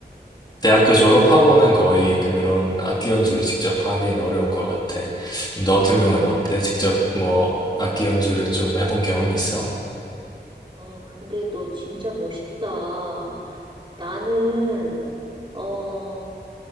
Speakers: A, on the left (about 25°); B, on the right (about 25°).
A: 대학교 졸업하고는 거의 그런 악기 연주를 직접 하기는 어려운 것 같아. 너 같은 경우는 어때? 직접 뭐 악기 연주를 좀 해본 경험이 있어?
B: 아, 근데 너 진짜 멋있다. 나는, 어,